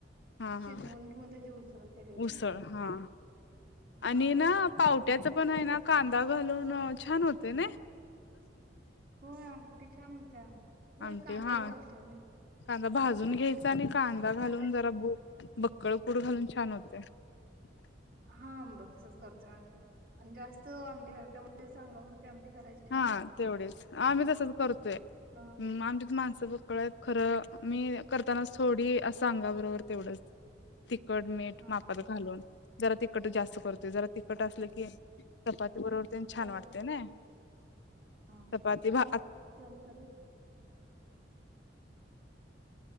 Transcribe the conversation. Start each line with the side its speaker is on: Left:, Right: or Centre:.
Left: हा
Right: शिजवून
Left: हा
Right: घेऊन त्याची उसळ केलेली.
Left: उसळ हा
Right: हा.
Left: आणि ना पावट्यात हाय ना कांदा घालून छान होतय नाय?
Right: होय आमट छान होतीया होय
Left: आमटी
Right: कांदाच
Left: हा
Right: घालतोय आम्ही.
Left: कांदा भाजून घे <unintelligible> कांदा घालून
Right: कांद्याची
Left: जरा <inaudible> कळ कुट घालून छान होतय. <inaudible>
Right: हा बग तसंच करोतया आणि बग आणि जास्त आमटी घालतीया जास्त <unintelligible> अंगापुरती आमटी. करायची छान
Left: हा
Right: होत्या.
Left: तेवढेच आम्ही तसच करतोय
Right: हा
Left: हम आमच्यात माणस बघ. <unintelligible> खर मी करतानाच थोडीअस अंगा बरोबर तेवढच तिखट मीठ
Right: हा.
Left: मापात घालून जरा ती तिखट जास्त करतोय जरा तिखट असलं की चपाती बरोबर तेन छान
Right: तरसरीत
Left: वाटतय नाय
Right: हा.
Left: चपाती भात
Right: <unintelligible>